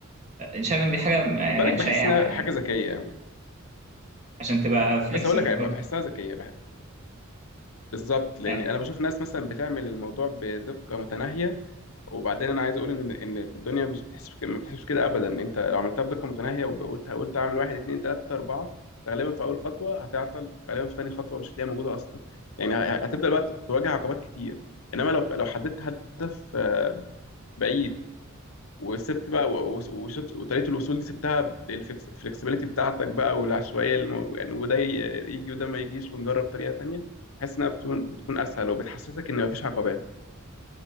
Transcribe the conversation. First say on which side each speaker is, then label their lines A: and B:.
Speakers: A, on the right (about 35°); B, on the left (about 85°).
A: شايف إن دي حاجة يعني
B: خد بالك بحس
A: شائعة
B: انها
A: يعني
B: حاجه ذكيه يعني.
A: عشان تبقى فليكسبل
B: بس اقول لك هيبقى
A: برضه
B: بحسها ذكيه بح... بالظبط لان
A: يعني
B: انا بشوف ناس مثلا بتعمل الموضوع بدقه متناهيه وبعدين انا عايز اقول ان ان الدنيا مش بتحس بك- ما بتحسش كده ابدا انت لو عملتها بدقه متناهيه وقلت قلت اعمل واحد اتنين تلاته اربعه غالبا في اول خطوه هتعطل غالبا في تاني خطوه مش هتلاقيها موجوده اصلا يعني ه- هتبدا الوقت تواجه عقبات كتير انما لو لو حددت هدف آه، بعيد وسبت بقى و- و- وشت- وطريقه الوصول دي سبتها للفلكسبيليتي بتاعتك بقى والعشوائيه الم- يعني وده ي- يجي وده ما يجيش ونجرب طريقه تانية بحيث انها بتكون بتكون اسهل وبتحسسك ان مفيش عقبات